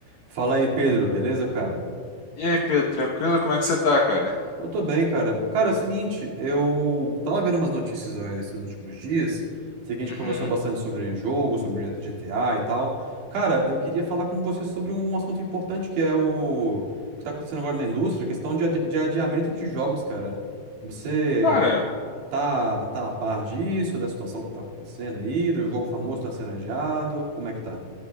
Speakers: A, on the right (about 85°); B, on the left (about 85°).
A: Fala aí, Pedro, beleza, cara?
B: E aí, Pedro, tranquilo? Como é que você tá, cara?
A: Eu tô bem, cara. Cara, é o seguinte, eu tava vendo umas notícias ó, esses últimos dias. Sei que a
B: Uhum.
A: gente conversou bastante sobre jogo, sobre GTA e tal. Cara, eu queria falar com você sobre um assunto importante que é o o que tá acontecendo agora na indústria, questão de, adi- de adiamento de jogos, cara. Você
B: Cara,
A: tá, tá a par disso, da situação que tá acontecendo aí, do jogo famoso tá sendo adiado? Como é que tá?